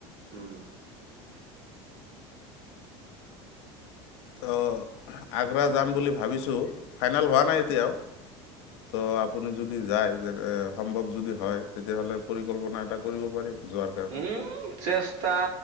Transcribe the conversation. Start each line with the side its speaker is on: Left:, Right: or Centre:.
Right: উম।
Left: ত আগ্ৰা যাম বুলি ভাবিছো ফাইনেল হোৱা নাই এতিয়াও ত' আপুনি যদি যায় যে এ সম্ভৱ যদি হয়। তেতিয়াহলে পৰিকল্পনা এটা কৰিব পাৰি। যোৱাৰ কাৰণে
Right: উম চেষ্টা